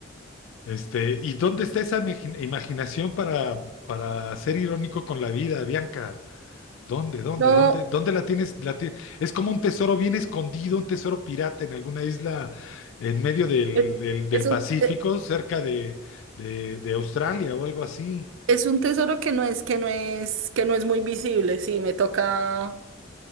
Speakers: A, on the left; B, on the right.
A: Este, ¿y dónde está esa imagi- imaginación para, para ser irónico con la vida, Bianca? ¿Dónde, dónde,
B: No,
A: dónde, dónde la tienes? La ti- es como un tesoro bien escondido, un tesoro pirata en alguna isla en medio del,
B: es,
A: del- del
B: es un...
A: Pacífico,
B: eh,
A: cerca de, de- de Australia o algo así.
B: Es un tesoro que no es, que no es, que no es muy visible, sí, me toca,